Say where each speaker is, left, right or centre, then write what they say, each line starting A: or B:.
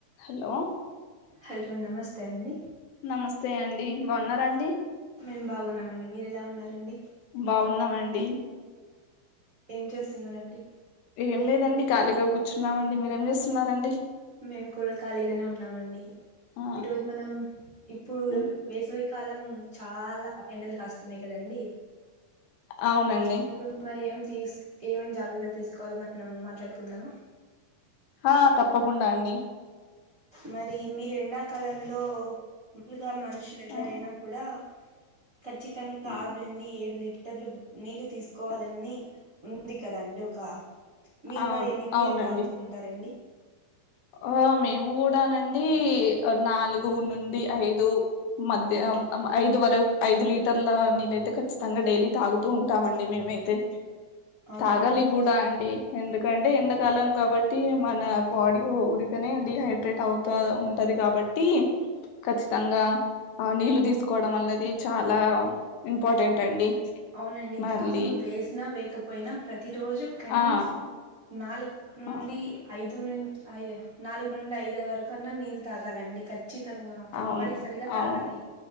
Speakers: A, on the left (about 80°); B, on the right (about 90°).
A: Hello
B: hello నమస్తే అండి
A: నమస్తే అండి బాగున్నార అండి
B: మేము బాగున్నామండి మీరు ఎలా ఉన్నారండి
A: బాగున్నామండి
B: ఏం చేస్తున్న రండి
A: ఏం లేదండి ఖాళీగా కూర్చున్నామండి మీరేం చేస్తున్నారండి
B: మేము కూడా ఖాళీగానే ఉన్నామండి
A: ఆ
B: ఈరోజు మనం ఇప్పుడు
A: ఉమ్,
B: వేసవికాలం చాలా ఎన్డలు కాస్తున్నాయి కదండి
A: అవునండి
B: ఇప్పుడు మరి ఏం తీ ఏమేం జాగ్రత్త తీసుకోవలో మనం మాట్లాడుకుందామా
A: ఆ తప్పకుండా అండి
B: మరి మీ రెండాకాలంలో మాలుగా మనుషులు ఎవరైనా
A: ఆ,
B: కూడా ఖచ్చితంగా
A: ఉమ్,
B: ఆరు నుండి ఏడు లీట్ ర్లు నీళ్లు తీసుకోవాలని ఉంది కదండి ఒక మీరు
A: అవును
B: మరి ఎదిది
A: అవునండి
B: తాగుతూ ఉంటారండి
A: ఆ మేము కూడానండి నాలుగు నుండి ఐదు మధ్య ఐదు వర ఐదు లీటర్ల నీళ్ళయితే ఖచ్చితంగా డైలీ తాగుతూ ఉంటామండి మేమైతే
B: అవునండి
A: తాగాలి కూడా అండి ఎందుకంటే ఎండాకాలం కాబట్టి మన బాడీ ఊరికినే డీహైడ్రేట్ అవుతా ఉంటది కాబట్టి ఖచ్చితంగా ఆ నీళ్ళు తీసుకోవడం అనేది చాలా ఇంపార్టెంట్ అండి
B: అవునండి
A: మళ్ళీ
B: దాహం వేసినా వేయకపోయినా ప్రతిరోజు కనీసం
A: ఆ
B: నాలుగు నుండి
A: అవును
B: ఐదు ను ఐ నాలుగు నుండి ఐదు వరకున్నా నీళ్ళు తాగాలండి ఖచ్చితంగా తప్పనిసరిగా
A: అవును
B: తాగాలి
A: అవును